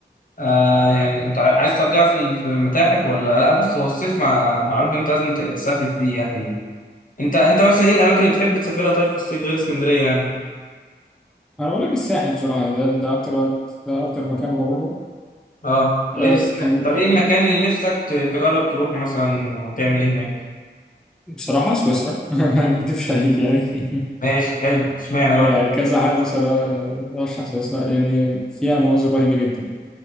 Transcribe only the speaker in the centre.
أنا أقول لك الساحل بصراحة يعني ده, ده أكتر وقت ده أكتر مكان بروحه
آه،
كان
بصراحة سويسرا <laughs> ما ما أكدبش عليك يعني
<laughs> يعني
كذا حد صرا- آه، رشح سويسرا لأن فيها مناظر رهيبة جدا